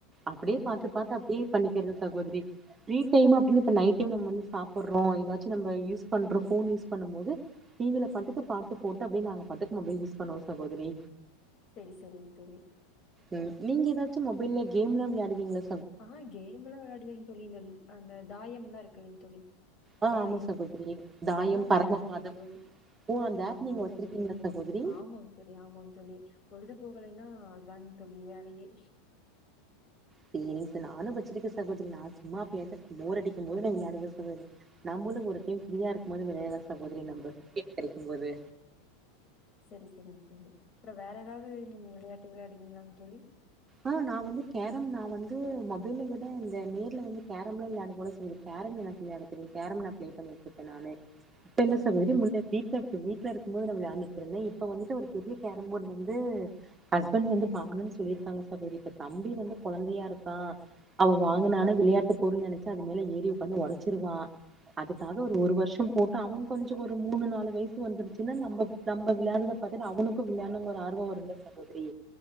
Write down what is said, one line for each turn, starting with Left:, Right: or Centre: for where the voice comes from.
Right: அப்டியே
Left: சரிங்க
Right: பாத்து
Left: தோழி
Right: பாத்து அப் ஃபீல் பண்ணிக்கிற்ன சகோதிரி ஃப்ரீ டைம் அப்டின்னு இப்ப நைட் டைம் நம்ம வந்து சாப்புறோ எதாச்சு நம்ப யூஸ் பண்றோ ஃபோன் யூஸ் பண்ணு போது டீ வில பட்டுக்கு பாட்டு போட்டு அப்டியே நாங்க பட்டுக்கு மொபைல் யூஸ் பண்ணுவோ சகோதிரி
Left: செரி செரிங்க தோழி
Right: ம் நீங்க எதாச்சு மொபைல்ல கேம்ல்லா வெள்யாடுவீங்ளே
Left: ஆமா கேம்ல்லா வெள்யாடுவேன் தோழி இந்த அந்த தாயம்ல்லா இருக்கலைங் தோழி
Right: ஆ
Left: தாயம்
Right: ஆமா சகோதரி தாயம்
Left: அதெல்லா
Right: பரமபாதம்
Left: வெள்யாடுவேங் தோழி
Right: ஓ அந்த ஆப்
Left: ஆமாங்
Right: நீங்க வச்சிருக்கீங்களா
Left: தோழி
Right: சகோதரி
Left: ஆமாங் தோழி ஆமாங் தோழி பொழுதுபோகலன்னா அதாங் தோழி வேலயே
Right: செரிங் ச நானு வச்சிருக்க சகோதிரி நா சும்மா எப்பயாச்சு போர் அடிக்கு போது நா வெள்யாடுவே சகோதரி நம்பளு ஒரு டைம் ஃப்ரீயா இருக்கு போது வெள்யாடலா
Left: சரி சரிங்க
Right: சகோதரி
Left: தோழி
Right: நம்போ <inaudible> கெடைக்கு போது
Left: செரி செரிங் தோழி அப்றோ வேற எதாவ்து நீங்க விளயாட்டு விள்யாடுக்கீங்ளாங் தோழி
Right: ஆ நா வந்து கேரம் நா வந்து மொபைல்ல விட இந்த நேர்ல வந்து கேரம்லா விள்யாட போல தோழி கேரம் எனக் விள்யாட தெரியும் கேரம் நா பிளே பண்ணிட்ருக்க நானு ட்டுக்கு
Left: சரிங்க தோழி
Right: வீட்ல இருக்குபோது நா விள்யாண்ட்ருக்கங்க இப்ப வந்துட்டு ஒரு பெரிய கேரம்போர்டு வந்து ஹஸ்பண்ட் வந்து பாங்கன் சொல்லியிருக்காங்க இப்ப கொஞ்சோ இப்ப தம்பி வந்து கொழந்தையா இருக்கா அவ வாங்கனாலு
Left: ம்
Right: விளயாட்டு பொருள் நெனச்சசு அது மேல ஏறி உக்காந்து ஒடச்சிடுவா அதுக்காக ஒரு ஒரு வருஷம் போட்டோ அவன் கொஞ்சோ ஒரு மூணு நாலு வய்சு வந்துருச்சுன்னா நம்போ நம்ப விள்யாட்றத பாத்துட் அவனுக்கு விள்யாண்னோன் ஒரு ஆர்வோம் வரும்ல சகோதிரி